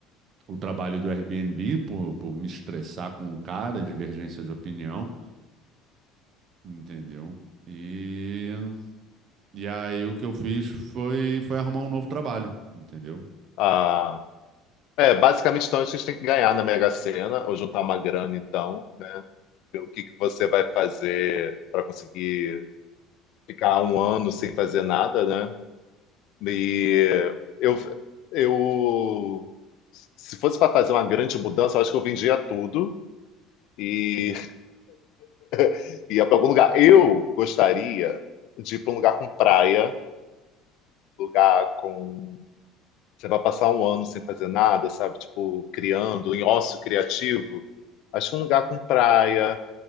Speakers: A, on the right (about 50°); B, on the left (about 65°).
A: o trabalho do Airbnb por, por me estressar com o cara, divergência de opinião, entendeu? E, e aí o que eu fiz foi, foi arrumar um novo trabalho, entendeu?
B: Ah, é, basicamente, então, a gente tem que ganhar na Mega Sena, ou juntar uma grana, então, né? Ver o que que você vai fazer para conseguir ficar um ano sem fazer nada, né? E eu, eu, se fosse para fazer uma grande mudança, eu acho que eu vendia tudo e <laughs> ia para algum lugar. Eu gostaria de ir para um lugar com praia, lugar com. Você vai passar um ano sem fazer nada, sabe? Tipo, criando, em ócio criativo. Acho que um lugar com praia,